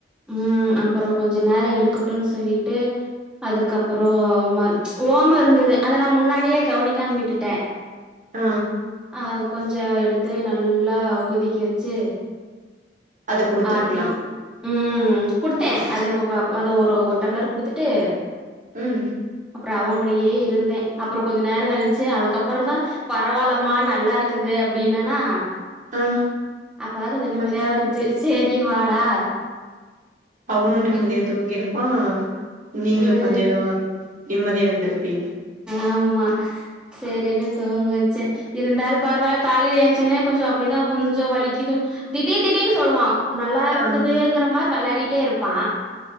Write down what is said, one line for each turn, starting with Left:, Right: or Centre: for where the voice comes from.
Centre: ம் அப்புறோ கொஞ்ச நேர இருக்கட்டுன் சொல்லிட்டு அதுக்கப்பறோம ஓம இருந்தது அத நா முன்னாடியே கவனிக்காம விட்டுட்ட
Right: ஆ
Centre: அத கொஞ்ச எடுத்து நல்லா கொதிக்க வச்சு
Right: அத குடுத்துருக்கலா
Centre: ஆத்தி ம் குடுத்த அதுகப ப அது ஒரு ஒரு டம்ளரு குடுத்துட்டு
Right: ம்
Centre: அப்பற அவங்கூடயே இருந்தே அப்பற கொஞ்ச நேரோ கழிச்சு அதுக்கப்பற தா பரவாயில்லமா நல்லா இருக்குது அப்டின்னானா
Right: ஆ
Centre: அப்பதா கொஞ்ச
Right: அப்ப
Centre: நிம்மதியா இருந்துச்சு சேரி வாடா
Right: அவனு நிம்மதியா
Centre: போய்
Right: தூங்கியிருப்பா நீங்களு
Centre: ம்
Right: கொஞ்ச நிம்மதியா இருந்திருப்பீங்க
Centre: ஆமா சேரினு தூங்க வச்சே இருந்தாலு பரவால்ல காலையில ஏந்திச்சன்னே கொஞ்ச அப்டிதா கொஞ்ச வலிக்குதுனு திடீ திடீனு சொல்லுவா நல்லா இருக்குதுங்கிற
Right: ஆ
Centre: மாரி வெளையாடிட்டே இருப்பா